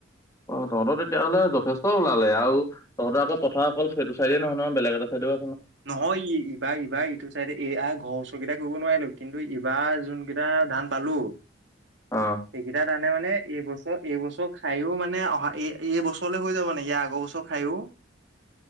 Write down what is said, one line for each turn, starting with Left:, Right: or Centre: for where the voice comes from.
Left: অ, তহঁতৰ তেতিয়াহ'লে যথেষ্ট ওলালে আৰু তহঁতেৰ আকৌ কথা অকল সেইটো চাইডে নহয় নহয় বেলেগ এটা চাইডে
Right: নহয়, ই, এইবাৰ এইবাৰ ইটো চাইডে এই ঘৰ ওচৰকেইটা কৰিব নোৱাৰিলো। কিন্তু ইবাৰ যোন কেইটা ধান পালো
Left: অ
Right: সেইকেইটা ধান। মানে, মানে এইবছৰ এইবছৰ খায়ো মানে অহা এই, এই বছৰলৈ হৈ যাব নে ইয় আগৰ বছৰ খায়ো।